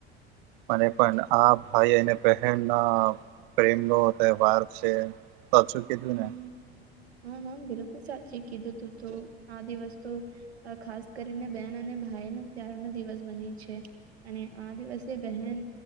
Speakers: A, on the right; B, on the right.
A: અને પણ આ ભાઈ અને બહેનના પ્રેમ લો તહેવાર છે. સાચું કીધું
B: હમ
A: ને
B: હા હા બિલકુલ સાચી કીધું તું તો આ દિવસ તો ખાસ કરીને બેહેન અને ભાઈ ન ત્યાર નો દિવસ બને છે. અને આ દિવસે બહેન